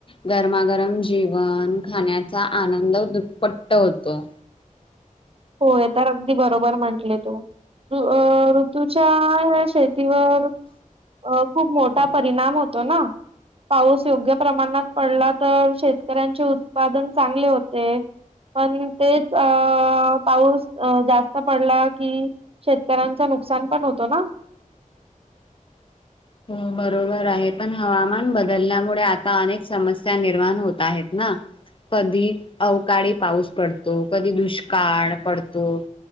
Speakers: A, on the left; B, on the right.
A: गरमागरम जेवन खाण्याचा आनंद दुपपट्ट होतो
B: होय तर अगदी बरोबर म्हंटले तू अ ऋतूच्या शेतीवर अ खूप मोठा परिणाम होतो ना पाऊस योग्य प्रमाणात पडला तर शेतकऱ्यांचे उत्पादन चांगले होते पण तेच अ पाऊस जास्त पडला कि शेतकऱ्यांच नुकसान पण होतो ना
A: <inaudible> हो बरोबर आहे पण हवामान बदलल्यामुळे आता अनेक समस्या निर्माण होत आहेत ना ह कधी अवकाळी पाऊस पडतो कधी दुष्काळ पडतो